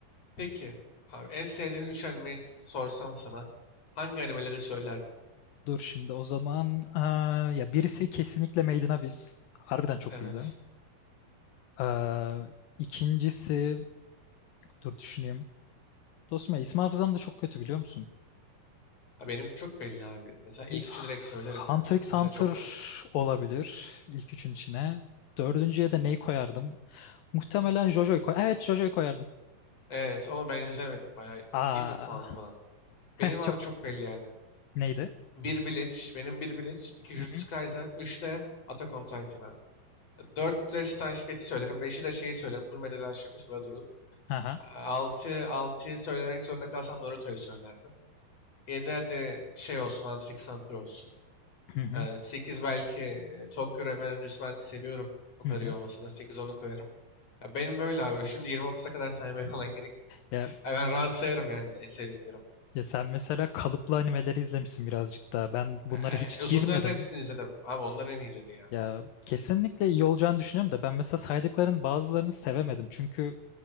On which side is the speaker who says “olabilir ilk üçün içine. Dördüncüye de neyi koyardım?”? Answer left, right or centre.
Left